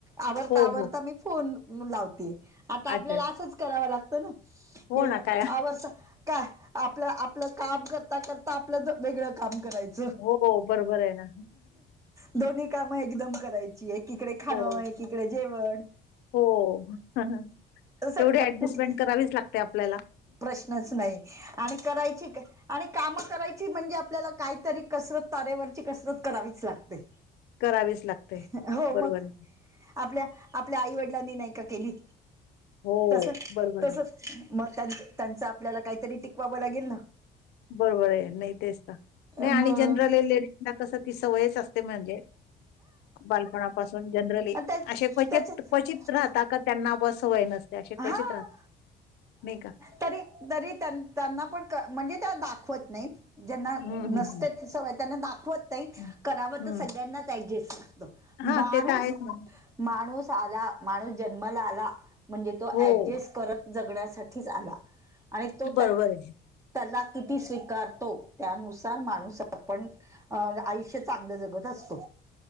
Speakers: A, on the right; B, on the left.
A: आवरता
B: हो,
A: आवरता
B: हो.
A: मी फोन लावते. आता
B: अच्छा.
A: आपल्याला असंच करावं लागतं ना.
B: हो
A: हे,
B: ना काय
A: आवर् काय आपलं आपलं काम करता-करता आपलं वेगळं काम करायचं.
B: हो बरोबर आहे ना.
A: दोन्ही काम एकदम करायची. एकीकडे खान
B: हो,
A: एकीकडे जेवण.
B: हो. तेवढी
A: असं
B: ऍडजस्टमेंट
A: कुठ
B: करावीच लागते आपल्याला.
A: प्रश्नच नाही. आणि करायची का आणि कामं करायची म्हणजे, आपल्याला काहीतरी कसरत ताऱेवरची कसरत करावीच लागते.
B: करावीच लागते.
A: हो.
B: बरोबर
A: मग
B: आहे.
A: आपल्या आपल्या आईवडिलांनी नाही का केली.
B: हो,
A: तस
B: बरोबर
A: तसच
B: आहे.
A: मग त्या त्यांच आपल्याला काहीतरी टिकवावं लागेल ना.
B: बरोबर आहे. नाही तेच तर. नाही आणि
A: मग
B: जनरल लेडीजना कस ती सवयच असते म्हणजे? बालपणापासून जनरली.
A: त्या
B: असे क्चित
A: त्याच्यात
B: क्वचित राहता का त्यांना आप सवय नसते. ते असे क्वचित
A: हा
B: राहत. नाही का?
A: तरी तरी त्यांना पण म्हणजे त्या दाखवत नाही. ज्यांना
B: हं,
A: नसते
B: हं, हं,
A: सवय त्यांना दाखवत नाही
B: हं.
A: करावं तर
B: हं.
A: सगळ्यांनाच ऍडजेस्ट, बाणूस,
B: हां, ते तर आहेच ना.
A: माणूस आला माणूस जन्माला आला म्हणजे तो
B: हो,
A: ऍडजस्ट, करत जगण्यासाठीच आला आणि तो,
B: बरोबर आहे,
A: तेला किती स्वीकारतो त्यानुसार माणूस आपण, अ आयुष्य चांगलं जगत असतो.